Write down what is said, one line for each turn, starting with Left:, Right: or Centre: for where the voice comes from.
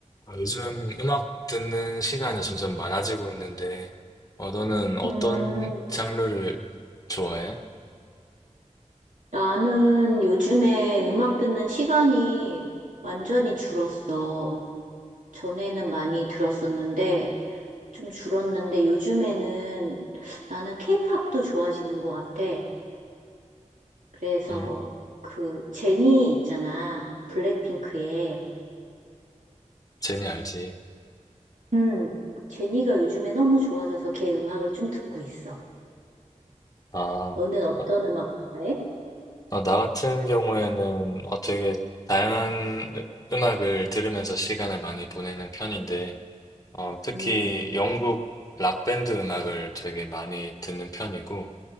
Left: 어, 요즘 음악 듣는 시간이 점점 많아지고 있는데, 어, 너는 어떤
Right: 음,
Left: 장르를 좋아해?
Right: 나는 요즘에 음악 듣는 시간이 완전히 줄었어. 전에는 많이 들었었는데, 좀 줄었는데, 요즘에는 나는 케이팝도 좋아지는 것 같아. 그래서
Left: 음,
Right: 그 제니 있잖아. 블랙핑크의.
Left: 제니 알지?
Right: 음, 제니가 요즘에 너무 좋아져서 걔 음악을 좀 듣고 있어.
Left: 아,
Right: 너는 어떤
Left: 어,
Right: 음악 좋아해?
Left: 어, 나 같은 경우에는 어, 되게 다양한 으- 음악을 들으면서 시간을 많이 보내는 편인데, 어, 특히
Right: 음,
Left: 영국 락 밴드 음악을 되게 많이 듣는 편이고,